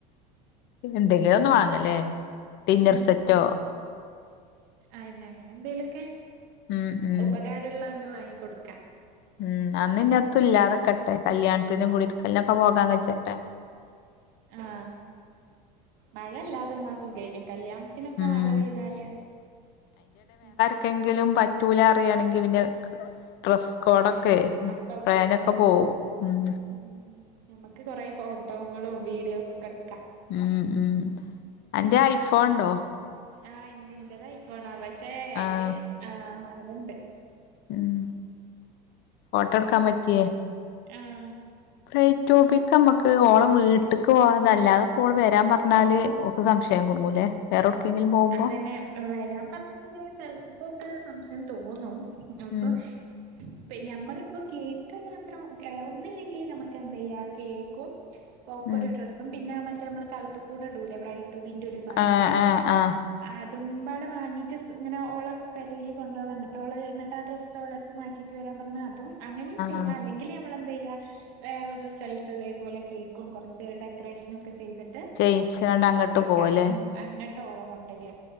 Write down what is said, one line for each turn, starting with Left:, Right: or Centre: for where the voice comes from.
Left: എന്തെങ്കിലൊന്ന് വാങ്ങല്ലേ ഡിന്നർസെറ്റോ
Right: ഉം അയന്നെ അങ്ങനെന്തേലൊക്കെ
Left: ഉം ഉം
Right: ഉപകാരള്ള അങ്ങ് വാങ്ങികൊട്ക്കാ
Left: ഉം അന്ന് ഇന്നത്തുല്ലാതെക്കട്ടേ കല്ല്യാണത്തിനും കുടിരിക്കലിനൊക്കെ പോകാൻ കെജ്ജട്ടേ
Right: ആ മഴല്ലാതന്നാ സുഖേയ്ന് കല്ല്യാണ ത്തിനൊക്കെ
Left: ഉം
Right: മഴ പെയ്താല് ഞമ
Left: ക്കെങ്കിലും പറ്റൂലാ അറിയാണെങ്കി പിന്നേ ഡ്രസ്സ് കോഡൊക്കേ
Right: പ്ലാന് ഒക്കെ
Left: പ്ലേനൊക്കെ
Right: പോകും
Left: പോവും ഉം
Right: ഉം ഞമ്മക്ക് കൊറേ ഫോട്ടോങ്ങളും വീഡിയോസൊക്കെട്ക്കാ
Left: ഉം ഉം അന്റെ ഐഫോൺ ണ്ടോ
Right: ആഹ് ഇണ്ട് ഇന്റെതയ് ഫോണാ പക്ഷേ
Left: ആഹ്
Right: അയില് ആ അങ്ങത്ണ്ട്
Left: ഉം ഫോട്ടെട്ക്കാൻ പറ്റിയേ
Right: ആഹ്
Left: ബ്രൈഡ്ടുബിക്ക് അമ്മക്ക് ഓളെ വീട്ട്ക്ക് പോവാതെ അല്ലാതെപ്പോള് വരാൻ പറഞ്ഞാല് ഒ സംശയം കൊടുങ്ങൂല്ലേ വേറെവ്ട്ക്കേങ്കിലും പോവുമ്പോ
Right: അതന്നെ വരാൻ പറഞ്ഞാല് ചെല്പ്പപ്പോൾക്ക് സംശയം തോന്നും അപ്പൊ
Left: ഉം
Right: പിന്നെ അമ്മള്പ്പോ കേക്ക് മാത്രം ഏ ഒന്നില്ലെങ്കില് നമക്ക് എന്തെയ്യാ കേക്കും ഓക്കൊരു
Left: ഉം
Right: ഡ്രസ്സും പിന്നെ മറ്റേ അമ്മള് കഴ്ത്ത്ക്കൂടെ ഇടൂലേ ബ്രൈഡ്ടുബിന്റൊര്
Left: ആഹ് ആഹ് ആഹ്
Right: അതുംമ്പാടെ വാങ്ങീട്ട് സ് ഇങ്ങനെ ഓളെ പെരേല് കൊണ്ടവാ ന്നിട്ട് ഓളെ എന്ന്ട്ട് ആ ഡ്രെസ് ഓളെര്ത്ത് മാറ്റീട്ട് വരാൻ പറഞ്ഞാ അതും അങ്ങനിം ചെയ്യാ
Left: ആഹ്
Right: അല്ലെങ്കില് ഞമ്മളെന്ത്യ്യാ വേറൊരു സ്ഥലത്ത് ഇതേപോലെ കേക്കും കൊറച്ച് ഡെക്കറേഷ്നൊക്കെ ചെയ്ത് ട്ട്
Left: ചെയ്യിച്ചാണ്ട് അങ്ങട്ട്
Right: വെക്ക
Left: പോവല്ലേ
Right: ഉം അങ്ങട്ട് ഓളെ കൊണ്ടരാ